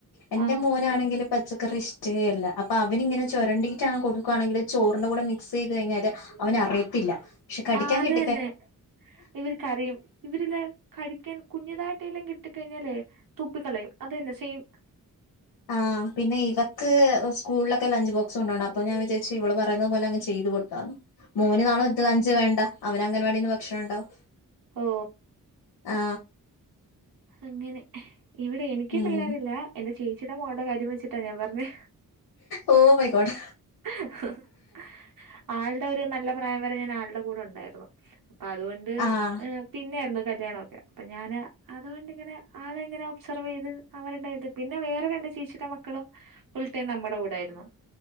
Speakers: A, on the left (about 85°); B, on the right (about 65°).
A: എന്റെ
B: ആ
A: മോനാണെങ്കിലും പച്ചക്കറി ഇഷ്ടേ അല്ല അപ്പൊ അവനി ഇങ്ങനെ ചുരണ്ടിയിട്ടാണ് കൊടുക്കുകയാണെങ്കില് ചോറിന്റെ കൂടെ മിക്സ് ചെയ്ത് കഴിഞ്ഞാല് അവന് അറിയത്തില്ല പക്ഷെ കടിക്കാൻ
B: ആ അത്
A: കിട്ടി
B: തന്നെ ഇവര് കരയും ഇവരിലെ കഴിക്കാൻ കുഞ്ഞതായിട്ടെല്ലാം കിട്ടി കഴിഞ്ഞാലേ തുപ്പി കളയും അത് തന്നെ സെയിം
A: ആ പിന്നെ ഇവക്ക് സ്കളിലൊക്കെ ലഞ്ച് ബോക്സ് കൊണ്ടോണം അപ്പൊ ഞാൻ വിചാരിച് ഇവള് പറയുന്ന പോലെ അങ്ങ് ചെ ചെയ്തു കൊടുക്കാന്ന് മോന് നാളെ ലഞ്ച് വേണ്ട അവന് അംഗൻവാടിന്ന് ഭക്ഷണം ഉണ്ടാവും
B: ഓ
A: ആ
B: അങ്ങനെ ഇവിടെ എനിക്ക്
A: ഉം
B: പിള്ളേരില്ല എന്റെ ചേച്ചിയുടെ മോൾടെ കാര്യം വെച്ചിട്ടാ ഞാൻ പറഞ്ഞെ
A: ഓ മൈ ഗോഡ്
B: <inaudible> ആള്ടെ ഒരു നല്ല പ്രായം വരെ ഞാൻ ആളുടെ കൂടെ ഉണ്ടായിരുന്നു അപ്പൊ അതുകൊണ്ട്
A: ആഹ്
B: പിന്നെ ആയിരുന്നു കല്യാണമൊക്കെ അപ്പൊ ഞാന് അതുകൊണ്ടിങ്ങനെ ആളെ ഇങ്ങനെ ഒബ്സെർവ് ചെയ്ത് അവര് ഇണ്ടായത് പിന്നെ വേറെ രണ്ട് ചേച്ചിയുടെ മക്കളും ഫുൾടൈം നമ്മുടെ കൂടായിരുന്നു